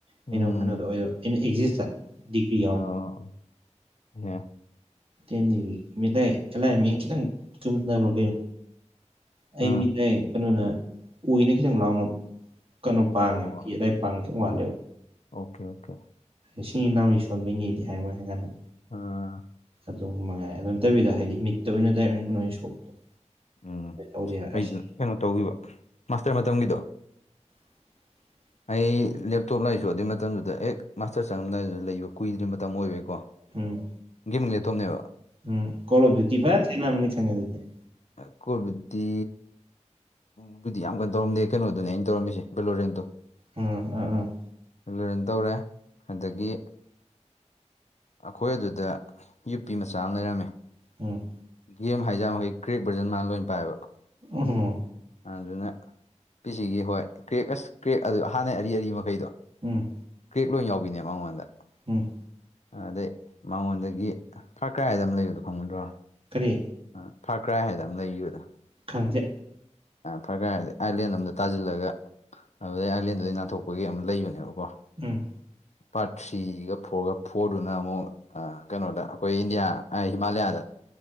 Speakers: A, on the right; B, on the left.
A: ꯑꯩꯅ
B: ꯎꯝ
A: ꯑꯃꯨꯛ ꯀꯩꯅꯣꯗ ꯑꯣꯏꯕ ꯑꯩꯅ ꯑꯦꯛꯖꯤꯁꯇ ꯗꯤꯒ꯭ꯔꯤ
B: ꯑꯣ ꯍ <unintelligible>
A: ꯦꯟꯗꯥ ꯑꯂꯥꯏ ꯃꯤꯡ ꯈꯤꯇꯪ ꯆꯨꯝꯅꯕ꯭ꯔꯣ ꯀꯩꯅꯣ ꯑꯩ
B: ꯑꯣ
A: ꯃꯤꯠꯅ ꯀꯩꯅꯣꯅ ꯀꯅ ꯈꯤꯇꯪ ꯂꯥꯎꯅ ꯀꯩꯅꯣ ꯄꯥꯡꯉꯦꯕ
B: ꯑꯣ
A: ꯌꯦꯠꯂꯏ ꯄꯥꯡꯒꯦ ꯁ ꯃꯥꯜꯂꯦꯕ
B: ꯑꯣꯀꯦ ꯑꯣꯀꯦ
A: ꯏꯁꯤꯡ ꯏꯅꯥꯎꯅꯤ ꯁꯣꯟꯕꯩꯉꯗꯤ ꯍꯥꯏꯕꯣꯏ ꯍꯥꯏ ꯀꯥꯟꯗ
B: ꯎꯥ
A: ꯑꯗꯨꯝ ꯃꯉꯥꯏ ꯑꯗꯨꯝ ꯅꯠꯇꯕꯤꯗ ꯍꯥꯏꯗꯤ ꯃꯤꯠꯇ ꯑꯣꯏꯅ ꯗꯥꯏ ꯑꯣꯏꯅ ꯀꯩꯅꯣ ꯑꯣꯏꯅ ꯁꯣꯛꯄꯗꯣ
B: ꯎꯝ
A: ꯇꯧꯗꯦ
B: ꯑꯩꯖꯨ
A: ꯑꯁ
B: ꯀꯩꯅꯣ ꯇꯧꯒꯤꯕꯥ ꯃꯥꯁꯇ꯭ꯔ ꯃꯇꯝꯒꯤꯗꯣ
A: <unintelligible>
B: ꯑꯩ ꯂꯦꯞꯇꯣꯞ ꯂꯩꯔꯁꯨ ꯑꯗꯨꯏ ꯃꯇꯝꯗꯨꯗ ꯍꯦꯛ ꯃꯥꯁꯇ꯭ꯔ ꯆꯪꯉꯝꯗꯥꯏꯗꯨꯗ ꯂꯩꯕ ꯀꯨꯏꯗ꯭ꯔꯤ ꯃꯇꯝ ꯑꯣꯏꯕꯩꯀꯣ
A: ꯎꯝ
B: ꯒꯦꯃꯤꯡ ꯂꯦꯞꯇꯣꯞꯅꯦꯕ
A: ꯎꯝ ꯀꯣꯂꯞꯗ ꯗꯤꯕꯥ ꯊꯦꯡꯅꯕꯅꯦ ꯊꯦꯡꯅꯗ꯭ꯔꯗꯤ
B: ꯑꯩꯈꯣꯏꯕꯨꯗꯤ ꯑꯗꯨꯗꯤ ꯌꯥꯝ ꯀꯩꯅꯣ ꯇꯧꯔꯝꯗꯦ ꯀꯩꯅꯣꯗꯨꯅꯦ ꯑꯩꯅ ꯇꯧꯔꯝꯃꯤꯁꯦ ꯕꯦꯂꯣꯔꯦꯟꯗꯣ
A: ꯎꯝ ꯑ ꯑ
B: ꯕꯦꯂꯣꯔꯦꯟ ꯇꯧꯔꯦ ꯑꯗꯒꯤ ꯑꯩꯈꯣꯏ ꯑꯗꯨꯗ ꯌꯨꯄꯤ ꯃꯆꯥ ꯑꯃ ꯂꯩꯔꯝꯃꯦ
A: ꯎꯝ
B: ꯒꯦꯝ ꯍꯩꯖꯥꯝ ꯃꯈꯩ ꯀ꯭ꯔꯦꯛ ꯚ꯭ꯔꯖꯟ ꯃꯥꯅ ꯂꯣꯏꯅ ꯄꯥꯏꯕ
A: ꯑꯣꯍꯣ
B: ꯑꯗꯨꯅ ꯄꯤꯁꯤꯒꯤ ꯍꯣꯏ ꯀ꯭ꯔꯦꯛ ꯑꯁ ꯀ꯭ꯔꯦꯛ ꯑꯗꯨ ꯍꯥꯟꯅꯩ ꯑꯔꯤ ꯑꯔꯤ ꯃꯈꯩꯗꯣ
A: ꯎꯝ
B: ꯀ꯭ꯔꯦꯛ ꯂꯣꯏ ꯌꯥꯎꯕꯤꯅꯦ ꯃꯉꯣꯟꯗ
A: ꯎꯝ
B: ꯑꯥꯗꯩ ꯃꯉꯣꯟꯗꯒꯤ ꯐ꯭ꯔꯀꯥꯏ ꯑꯅ ꯑꯃ ꯂꯩꯕꯗꯣ ꯈꯪꯕ ꯅꯠꯇ꯭ꯔꯣ
A: ꯀꯔꯤ
B: ꯑ ꯐꯀ꯭ꯔꯥꯏ ꯍꯥꯏꯗꯅ ꯑꯃ ꯂꯩꯒꯤꯕꯗꯣ
A: ꯈꯪꯗꯦ
B: ꯐ꯭ꯔꯀꯥꯏ ꯍꯥꯏꯗꯤ ꯑꯥꯏꯂꯦꯟ ꯑꯃꯗ ꯇꯥꯖꯤꯜꯂꯒ ꯑꯗꯨꯗꯩ ꯑꯥꯏꯂꯦꯟꯗꯨꯗꯒꯤ ꯅꯥꯟꯊꯣꯛꯄꯒꯤ ꯑꯃ ꯂꯩꯕꯅꯦꯕꯀꯣ
A: ꯎꯝ
B: ꯄꯥ꯭ꯔꯠ ꯊ꯭ꯔꯤꯒ ꯐꯣ꯭ꯔꯒ ꯐꯣ꯭ꯔꯗꯨꯅ ꯑꯃꯨꯛ ꯑ ꯀꯩꯅꯣꯗ ꯑꯩꯈꯣꯏ ꯏꯟꯗꯤꯌꯥ ꯑ ꯍꯤꯃꯥꯂꯌꯥꯗꯥ